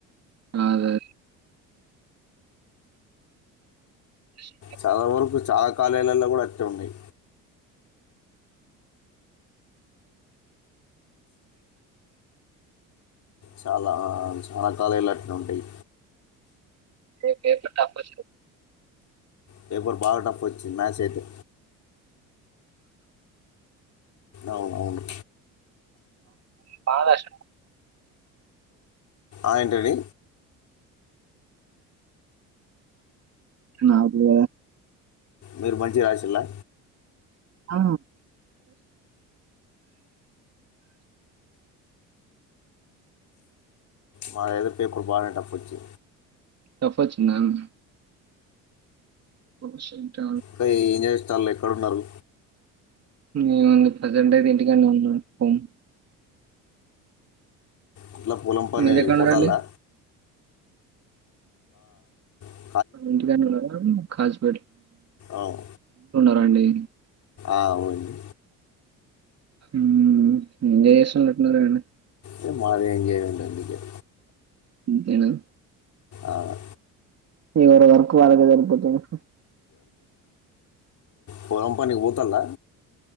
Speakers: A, on the right; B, on the left.
A: అ అదే స
B: చాలా వరకు చాలా కాలాలలో కూడా అట్టే ఉన్నాయి చాలా చాలా కాలలుట్ ఉంటాయి
A: ఏ ఏ పట్టకుచ్చ
B: పేపర్ బాగాటప్ప వచ్చింది మ్యాస్ అయితే అవును అవును
A: మహారాష్ట్ర
B: ఆయంటని
A: నాకు
B: మీరు మంచి రాసిలా
A: ఆ
B: మా ఏదో పేప్ బ టఫ్ వచ్చి
A: టఫ్ వచ్చిందన్ అశంత
B: కా ఇంకా ఎం చేస్తా లే ఎక్కడ ఉన్నారు
A: ఏముంది ప్రెసెంట్ అయితే ఇంటికి <unintelligible>
B: అట్లా పొలం పని
A: మీరెక్కడ
B: పోతాల్లా
A: ఉన్నారండి
B: ఆ
A: ఇంటిగా <unintelligible> రస్
B: అవు
A: ండి
B: ఆ అవును
A: మ్ నిస్ పెట్టినారండి
B: మా బావ ఏం చేస్తున్నాడు
A: తిను
B: అవు
A: ఎవరి వర్క్ వాళ్ళకే సరిపోతుంది
B: పొలం పనికి పోతాందా